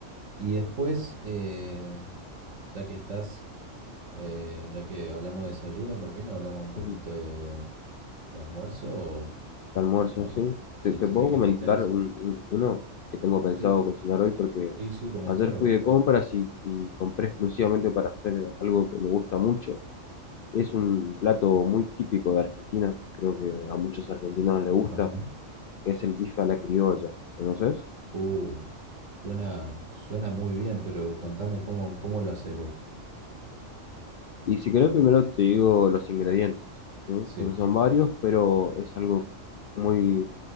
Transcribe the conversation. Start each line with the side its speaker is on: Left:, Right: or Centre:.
Right: Y después, eh, ya que estás, eh, ya que hablamos de desayuno, ¿por qué no hablamos un poquito
Left: Ujú.
Right: de, de almuerzo o
Left: Almuerzo,
Right: no?
Left: sí.
Right: Si,
Left: Te, te
Right: te,
Left: puedo
Right: si es que
Left: comentar
Right: te interesa.
Left: un- un- uno que tengo pensado
Right: Sí,
Left: cocinar hoy porque
Right: sí, sí, comentame,
Left: ayer fui
Right: por
Left: de
Right: favor.
Left: compras y, y compré exclusivamente para hacer algo que me gusta mucho. Es un plato muy típico de Argentina, creo que a muchos argentinos les gusta,
Right: Ajá.
Left: que es el bife a la criolla. ¿Conoces?
Right: Uh, suena, suena muy bien, pero contame cómo, cómo lo haces vos.
Left: Y si querés, primero te digo los ingredientes, ¿sí?
Right: Sí.
Left: Porque son varios, pero es algo muy